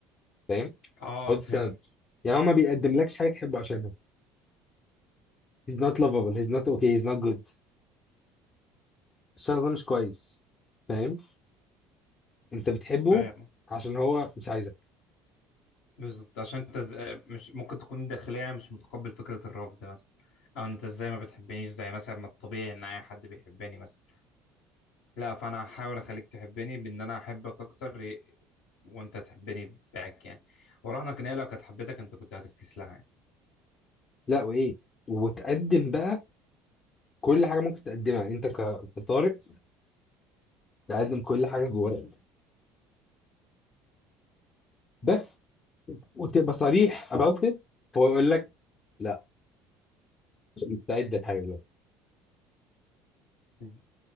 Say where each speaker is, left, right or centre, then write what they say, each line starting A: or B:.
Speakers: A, on the left; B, on the left.
A: فاهم
B: آه
A: او
B: فهمت
A: تستقبل يعني هو ما بيقدملكش حاجه تحبه عشانها he's not lovable he's not okay he's not good الشخص ده مش كويس فاهم انت بتحبه
B: فاهم
A: عشان هو مش عايزك
B: بالظبط عشان أنت ز... آه، مش ممكن تكون داخليا مش متقبل فكرة الرفض مثلا أو أنت إزاي ما بتحبنيش زي مثلا ما الطبيعي إن أي حد بيحبني مثلا لا فانا هحاول اخليك تحبني بان انا احبك اكتر ي- وانت تحبني باك يعني وراهنك ان هي لو كانت حبيتك انت كنت هتفكس لها يعني
A: لا وايه وتقدم بقى كل حاجه ممكن تقدمها انت ك- كطارق تقدم كل حاجه جواك بس وتبقى صريح about it هو يقول لك لا مش مستعد لحاجه دلوقتي
B: مم.